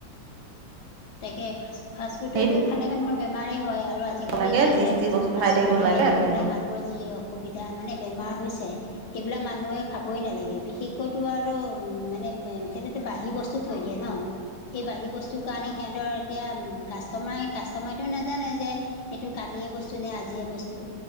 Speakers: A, on the left (about 70°); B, on the right (about 80°).
A: তাকে ফাষ্ট ফাষ্টফুডতো।
B: সেইটোৱে
A: খালে মানুহৰ বেমাৰেই হয় আৰু আজিকালি
B: লাগে
A: যিহে
B: যি টি বস্তু
A: ফাষ্টফুড
B: থাকিব
A: খাই
B: নালাগে
A: লৈ
B: আপুনি
A: পেলাই মানুহৰ যিয়ে, অসুবিধা মানে বেমাৰ হৈছে। সেইবিলাক মানুহে খাবই নালাগে বিশেষকৈতো আৰু উম মানে সেই বাহী বস্তু, থৈ দিয়ে ন সেই বাঢ়ি বস্তুৰ কাৰণে। সিহঁতৰ এতিয়া কাষ্টমাৰে কাষ্টমাৰেটোও নাজানে যে, এইটো কালিয়ে বস্তু নে আজিয়ে বস্তু